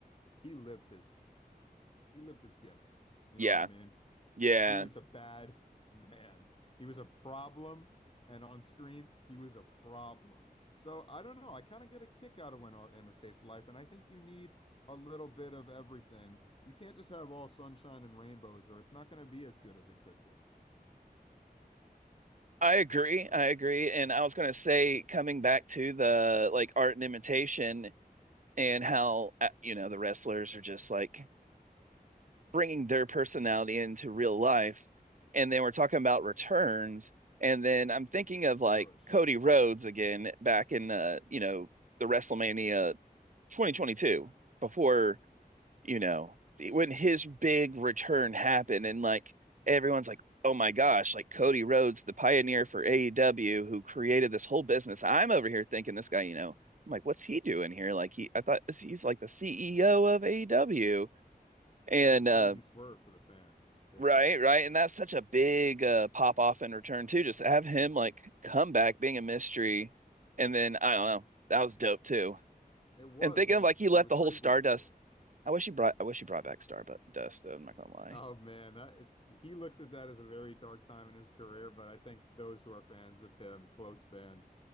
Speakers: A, on the left (about 35°); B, on the right (about 55°).
A: he lived his he lived his gimmick. You
B: yeah,
A: know what I mean?
B: yeah.
A: He was a bad man. He was a problem, and on screen, he was a problem. So I don't know. I kind of get a kick out of when art imitates life, and I think you need a little bit of everything. You can't just have all sunshine and rainbows, or it's not going to be as good as it could be.
B: I agree.
A: Like,
B: I agree. And I was going to say, coming back to the like art and imitation and how, uh, you know, the wrestlers are just like, bringing their personality into real life. And then we're talking about returns. And then I'm thinking of like
A: sure, sure.
B: Cody Rhodes again back in uh, you know, the WrestleMania 2022 before, you know, when his big return happened and like everyone's like, "Oh my gosh, like Cody Rhodes, the pioneer for AEW who created this whole business." I'm over here thinking this guy, you know, I'm like, "What's he doing here?" Like he I thought he's like the CEO of AEW and
A: It was a crazy
B: uh
A: swerve for the fans, big
B: Right,
A: time.
B: right. And that's such a big uh, pop off and return too. Just have him like come back being a mystery and then I don't know. That was dope too.
A: It was,
B: And thinking
A: and
B: of
A: it's
B: like he left
A: it was
B: the
A: crazy
B: whole Stardust.
A: to see.
B: I wish he brought I wish he brought back Stardust though, I'm not gonna lie.
A: Oh man, that it, he looks at that as a very dark time in his career, but I think those who are fans of him, close fans,